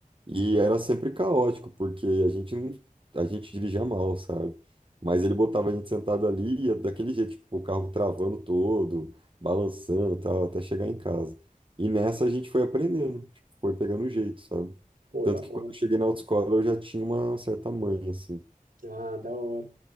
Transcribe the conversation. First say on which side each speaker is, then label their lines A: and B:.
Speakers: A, on the right (about 35°); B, on the right (about 75°).
A: E era sempre caótico, porque a gente não, a gente dirigia mal, sabe? Mas ele botava a gente sentado ali e ia daquele jeito, tipo, o carro travando todo, balançando, e tal, até chegar em casa. E nessa a gente foi aprendendo, tipo, foi pegando o jeito, sabe?
B: Pô,
A: Tanto
B: da hora.
A: que quando eu cheguei na autoescola eu já tinha uma certa manha, assim.
B: Ah, da hora.